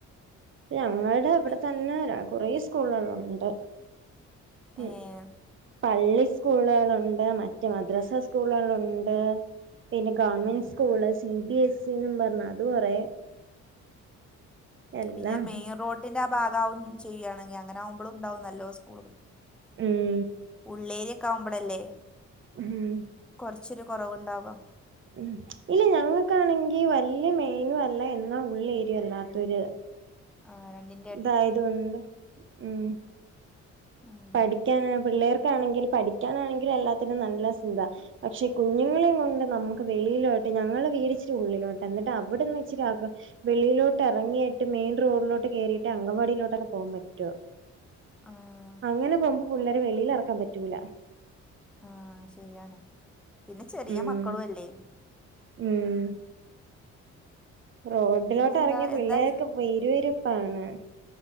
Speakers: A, on the right; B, in the centre.
A: ഞങ്ങളുടെ ഇവിടെ
B: പി
A: തന്നെ കുറേ സ്കൂളുകളുണ്ട് ഉം
B: ഏഹ്
A: പള്ളി സ്കൂളുകളുണ്ട് മറ്റ മദ്രസ സ്കൂളുകളുണ്ട്, പിന്നെ government
B: ഉം
A: school C B S C എന്നും പർഞ്ഞ് അത് കൊറെ എല്ലാം
B: പിന്നെ മെയിൻ റോഡ് തിന്റെ ആഹ് ഭാഗവും ചെയ്യണെങ്കിൽ അങ്ങനാകുമ്പളും ഉണ്ടാവും നല്ലോ സ്കൂള്
A: ഉം
B: ഉള്ളേരിയക്കവുമ്പോളല്ലേ
A: ഉം
B: കൊറച്ചൊരു കൊറവുണ്ടാവ
A: ഉ ഇല്ല ഞങ്ങൾക്കാണെങ്കി വല്യ മെയിനും അല്ല എന്നാ ഉള്ളേരിയ അല്ലാത്തൊരു
B: ആ രണ്ടി
A: ഇതായതോണ്ട് ഉം
B: ഉം
A: പഠിക്കാന പിള്ളേർക്കാണെങ്കിൽ പഠിക്കാനാണെങ്കിലും എല്ലാത്തിനും നല്ല സുഖ പക്ഷെ കുഞ്ഞുങ്ങളെയും കൊണ്ട് നമുക്ക് വെളിയിലോട്ട് ഞങ്ങളുടെ വീട് ഇച്ചിരി ഉള്ളിലോട്ട് എന്നിട്ട് അവിടെന്ന് ഇച്ചിരി അക വെളിയിലോട്ട് എറങ്ങിയിട്ട് മെയിൻ റോഡിലോട്ട് കയറിയിട്ട് അങ്കവാടിയിലോട്ടൊക്കെ പോകാൻ പറ്റോ?
B: ആഹ്
A: അങ്ങനെ പോകുമ്പോ പിള്ളേരെ വെളിയിലെറക്കാൻ പറ്റൂല
B: ആഹ് ശെരിയാണ് പിന്നെ ചെറിയ
A: ഉം
B: മക്കളും അല്ലേ?
A: ഉം റോഡിലോട്ട്
B: പിന്നെന്താ
A: ഇറങ്ങിയ പിള്ളേർക്കെ
B: എന്താ
A: വെരുവരുപ്പാണ്